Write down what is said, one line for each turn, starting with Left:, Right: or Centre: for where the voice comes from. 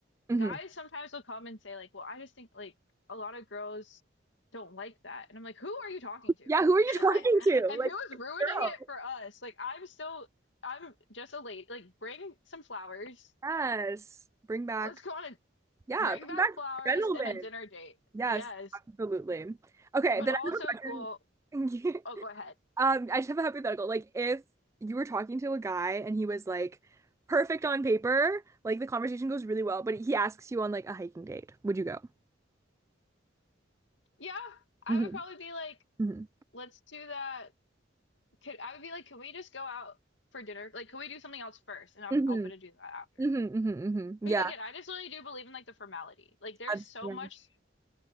Right: mhm.
Left: guys sometimes will come and say like, "Well, I just think like a lot of girls don't like that," and I'm like, "Who are you talking to?"
Right: Yeah, who are you <laughs>
Left: <laughs>
Right: talking
Left: Like,
Right: to?
Left: and
Right: Like,
Left: who is ruining
Right: girl.
Left: it for us? Like, I'm still, I'm just a lady. Like, bring some flowers.
Right: Yes. Bring back,
Left: Let's go on a
Right: yeah,
Left: bring back
Right: bring back
Left: flowers
Right: gentlemen.
Left: and a dinner date.
Right: Yes,
Left: Yes,
Right: absolutely. Okay,
Left: but
Right: then
Left: also
Right: I have a
Left: cool.
Right: question. <laughs>
Left: Oh, go ahead.
Right: Um, I just have a hypothetical. Like, if you were talking to a guy and he was like perfect on paper, like the conversation goes really well, but he asks you on like a hiking date, would you go?
Left: Yeah, I
Right: hmm
Left: would probably be like,
Right: hmm
Left: let's do that. Could I would be like, can we just go out for dinner? Like, can we do something else first? And I'm
Right: hmm
Left: open to do that after.
Right: hmm hmm hmm
Left: Because
Right: Yeah,
Left: again, I just really do believe in like the formality. Like there's
Right: that's,
Left: so
Right: yeah.
Left: much,